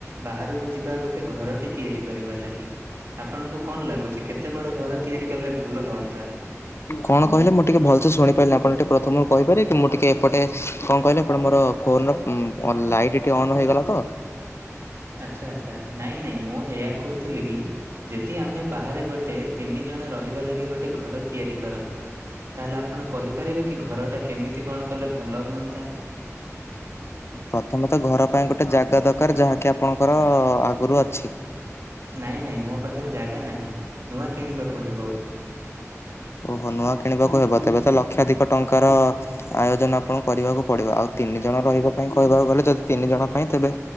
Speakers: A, on the right (about 60°); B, on the left (about 50°).
A: ବାହାରକୁ ଯିବା ଗୋଟେ ଘର ଟିିଏ ତିଆରି କରିବା ଲାଗି ଆପଣଙ୍କୁ କଣ ଲାଗୁଛି କେତେ ବଡ ଘର ତିଆରି କଲେ ଭଲ ହୁଅନ୍ତା।
B: କଣ କହିଲେ ମୁଁ ଟିକେ ଭଲସେ ଶୁଣିପାରିଲିନି ଆପଣ ଟିକେ ପ୍ରଥମରୁ କହିପାରିବେ କି ମୁଁ ଟିକେ ଏପଟେ କଣ କହିଲେ ଆପଣ ମୋର ଫୋନର ଉମ ଲାଇଟ୍ ଟି ଅନ୍ ହେଇଗଲା ତ।
A: ଆଚ୍ଛା ଆଚ୍ଛା ନାଇଁ ନାଇଁ ମୁଁ ଏହିୟା କହୁଥିଲି କି? ଯଦି ଆମେ ବାହାରେ ଗୋଟେ ତିନି ଜଣ ରହିବା ଲାଗି ଗୋଟେ ଘର ତିଆରି କରନ୍ତେ। ତାହେଲେ ଆପଣ କହିପାରିବେ କି ଘରଟା କେମିତି କଣ କଲେ ଭଲ ହୁଅନ୍ତା।
B: ପ୍ରଥମେ ତ ଘର ପାଇଁ ଗୋଟେ ଜାଗା ଦରକାର ଯାହାକି ଆପଣଙ୍କର ଆଗରୁ ଅଛି।
A: ନାଇଁ ନାଇଁ ମୋ ପାଖରେ ଜାଗା ନାହିଁ ନୂଆ କିଣିବାକୁ ହେବ।
B: କଣ ନା କହୁଚ। ଓହୋ ନୂଆ କିଣିବାକୁ ହେବ ତେବେ ତ ଲକ୍ଷାଧିକ ଟଙ୍କାର ଆୟୋଜନ ଆପଣଙ୍କୁ କରିବାକୁ ପଡିବ ଆଉ ତିନି ଜଣ ରହିବା ପାଇଁ କହିବାକୁ ଗଲେ ଯଦି ତିନି ଜଣ ପାଇଁ ତେବେ